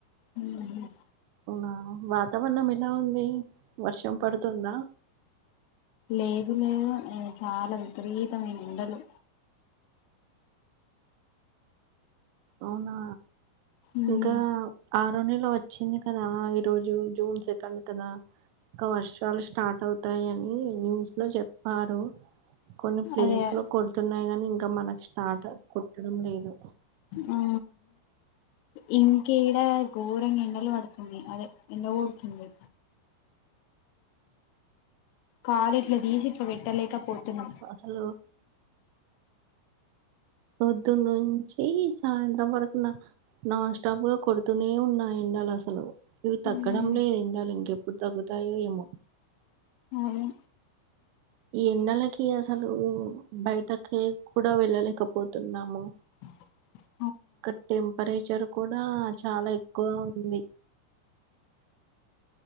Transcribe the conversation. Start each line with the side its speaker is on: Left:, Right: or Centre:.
Left: మ్మ్ మ్మ్
Right: ఆ వాతావరణం ఎలా ఉంది వర్షం పడుతుందా
Left: లేదు లేదు ఈడ చాలా విపరీతమైన ఎండలు
Right: అవునా
Left: మ్మ్
Right: ఇంకా ఆరో నెల వచ్చింది కదా ఈ రోజు జూన్ సెకండ్ కదా ఆ వర్షాలు స్టార్ట్ అవుతాయని న్యూస్ లో చెప్పారు కొన్ని ప్లేస్
Left: అదే ఆ
Right: లో కొడుతున్నాయి కాని ఇంకా మనకు స్టార్ట్ కుట్టడం లేదు
Left: మ్మ్ హు ఇంకేడ ఘోరంగ ఎండలు పడుతుంది అదే ఎండ కొడుతుంది కాలు ఇట్ల తీసి ఇట్ల పెట్టలేక పోతున్నాం
Right: హలో పొద్దు నుంచి సాయంత్రం వరకు న నాన్ స్టాప్ గా కొడుతూనే ఉన్నాయి ఎండలు అసలు ఇవి తగ్గడం
Left: మ్మ్
Right: లే ఎండలు ఇంకెప్పుడు తగ్గుతాయో ఏమో
Left: అయ్యో
Right: ఈ ఎండలకి అసలు బయటకి కూడా వెళ్ళలేకపోతున్నాము
Left: కీ క్
Right: ఇక్కడ టెంపరేచర్ కూడా చాలా ఎక్కువ ఉంది